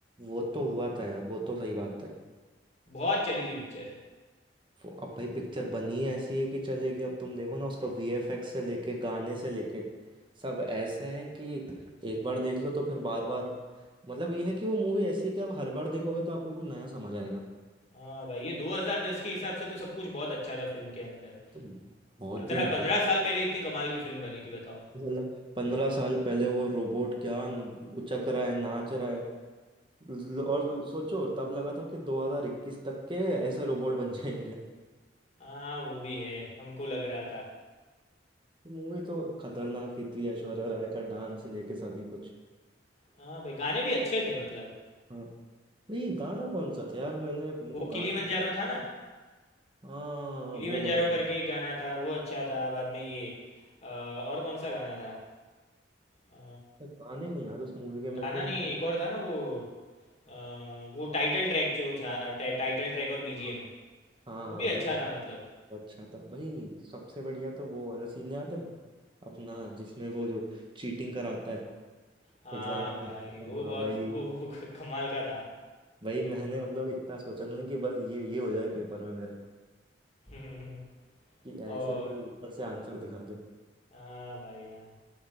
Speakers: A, on the right (about 25°); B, on the left (about 35°).
A: वो तो हुआ था यार वो तो सही बात है
B: बहुत चली थी पिक्चर
A: फो- अब भाई पिक्चर बनी है ऐसी है कि चलेगी अब तुम देखो ना उसका वीएफएक्स से लेके गाने से लेके सब ऐसे हैं कि एक बार देख लो तो फिर बार बार मतलब ये है कि वो मूवी ऐसी है कि आप हर बार देखोगे तो आपको कुछ नया समझ आएगा
B: हाँ भाई ये 2010 के हिसाब से तो सब कुछ बहुत अच्छा था फिल्म के अंदर
A: तो बहुत
B: पंद्रह
A: ही ज्यादा
B: पंद्रह साल पहले इतनी कमाल की फिल्म बनी थी बताओ
A: साला पंद्रह साल पहले वो रोबोट क्या उचक रहा है नाच रहा है ल- और सोचो तब लगा था कि 2021 तक के ऐसे रोबोट बन जाएंगे
B: हाँ वो भी है हमको लग रहा था
A: मूवी तो खतरनाक ही थी ऐश्वर्या राय का डांस लेके सभी कुछ
B: हाँ भाई गाने भी अच्छे थे मतलब
A: हाँ ये गाना कौन सा था यार मैंने मुझको
B: वो
A: गाना
B: किलीमंजारो
A: नहीं याद
B: था ना
A: हाँ
B: किलिमंजारो
A: वो बढ़िया
B: करके
A: था
B: एक गाना था वो अच्छा था बाद में ये अ, और कौन सा गाना था अ,
A: पर गाने नहीं याद उस मूवी के
B: गाना
A: मेरे को
B: नहीं
A: हाँ
B: एक और था ना वो अ, वो टाइटल ट्रैक जो था टा, टाइटल ट्रैक और बीजीएम
A: हाँ हाँ,
B: वो भी
A: वो
B: अच्छा था मतलब
A: अच्छा था भाई सबसे बढ़िया तो वो वाला सीन याद है अपना जिसमें वो जो चीटिंग कराता है
B: हाँ
A: एग्जाम
B: भाई
A: में
B: वो
A: हाँ
B: बहुत
A: वही
B: वो, वो क- कमाल का था
A: वही मैंने मतलब इतना सोचा ना कि बस ये ये हो जाए पेपर में मेरे
B: <laughs>
A: कि ऐसे
B: और
A: कोई ऊपर से आंसर दिखा दे
B: हाँ भाई हाँ